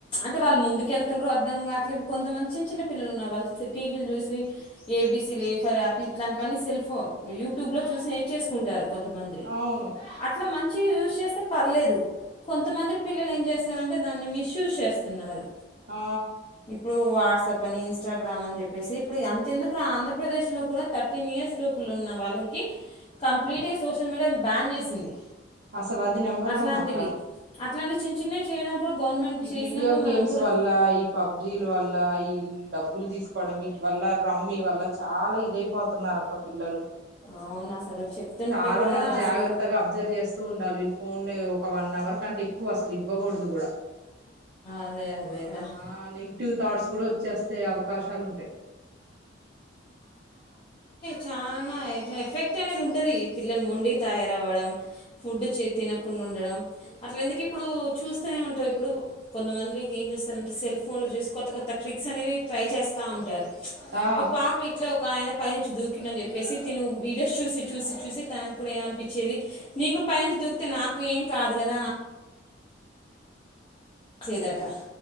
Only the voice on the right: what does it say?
అవును
ఆ
అసలు అది నెంబర్
వన్ అక్క
ఈ
వీడియో
గేమ్స్
వల్ల ఈ పబ్జీల వల్ల ఈ డబ్బులు తీసుకోవడం వీటి వల్ల రమ్మి వల్ల చాలా ఇదయిపోతున్నారు అక్క పిల్లలు
చాలా
మనం
జాగ్రత్తగా అబ్జర్వ్ చేస్తూ ఉండాలి, వీళ్ళు ఫోన్లు ఒక వన్ అవర్ కంటే ఎక్కువ అసలు ఇవ్వకూడదు కూడా
ఆ నెగిటివ్ థాట్స్ కూడా వచ్చేస్తే అవకాశాలు ఉంటాయి
ఆ